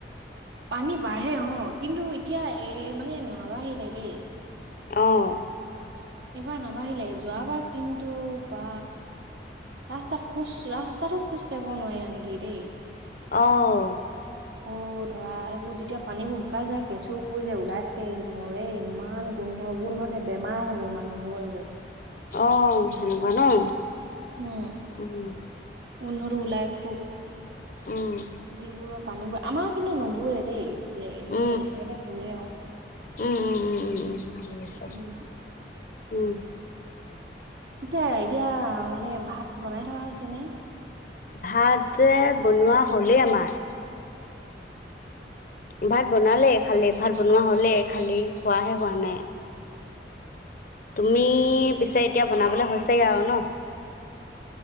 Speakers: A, on the right (about 80°); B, on the left (about 50°).
A: পানী বাঢ়ে অ কিন্তু এতিয়া এ মানে নাবাঢ়িলে দেই।
B: অহ।
A: এইবাৰ নাবাঢ়িলে যোৱাবাৰ কিন্তু বা ৰাস্তাত খোজ ৰাস্তাতো খোজ কাঢ়িব নোৱাৰি আনকি দেই।
B: অহ।
A: আকৌ ধৰা এইবোৰ যেতিয়া পানীবোৰ শুকাই যায় কেঁচুবোৰ যে ওলাই থাকে মৰে। ইমান গোন্ধ গোন্ধতে বেমাৰ হব মানুহবোৰৰ যে।
B: অ সেনেকুৱা ন।
A: উম
B: উম
A: গোন্ধটো ওলাই খুব।
B: উম
A: যিবোৰ পানীবোৰ আমাৰ কিন্তু নুবোৰে দেই। যে মানে
B: উম
A: ঈশ্বৰে বুৰে আও।
B: উম উম উম উম উম দুবছৰ
A: উম,
B: উম।
A: পিছে এতিয়া মানে ভাত বনাই থকা হৈছে নে
B: ভাত যে বনোৱা হ'লেই আমাৰ ভাত বনালে খালি ভাত বনোৱা হ'লে খালি খোৱাহে হোৱা নাই তুমি পিছে এতিয়া বনাবলে হৈছেগে আৰু ন